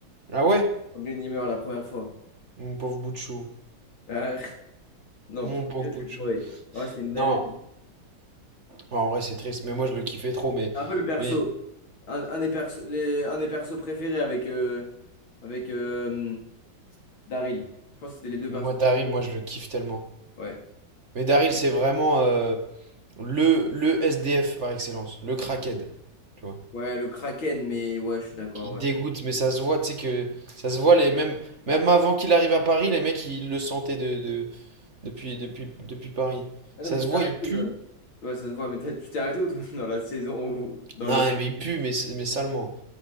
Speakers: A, on the right; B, on the left.
A: Ah ouais?
B: Quand Glenn, il meurt la première fois.
A: Mon pauvre bout de chou.
B: Euh, <laughs> non,
A: Mon
B: premier
A: pauvre
B: degré,
A: bout
B: j'ai
A: de
B: pleuré.
A: chou.
B: Ouais, c'est une dinguerie.
A: Non, en vrai c'est triste, mais moi je le kiffais trop, mais,
B: C'est un peu le perso.
A: mais,
B: Un, un des perso, les- un des persos préférés avec, euh, avec euh, Daryl. Je pense que c'était les deux
A: mais
B: persos
A: moi Daryl,
B: préférés.
A: moi je le kiffe tellement.
B: Ouais.
A: Mais Daryl, c'est vraiment euh, le, le SDF par excellence, le crackhead, tu vois.
B: Ouais, le Kraken, mais ouais, je suis d'accord.
A: Qui dégoûte,
B: Ouais.
A: mais ça se voit, tu sais que ça se voit, les même, même avant qu'il arrive à Paris, les mecs, ils le sentaient de, de- depuis, depuis, depuis Paris.
B: Attends,
A: Ça
B: mais tu
A: se
B: t'es
A: voit,
B: arrêté
A: il pue.
B: où dans- Ouais, ça se voit, mais t'as- tu t'es arrêté où, toi, <laughs> dans la saison, où- dans
A: Non,
B: le,
A: mais il pue, mais, mais salement.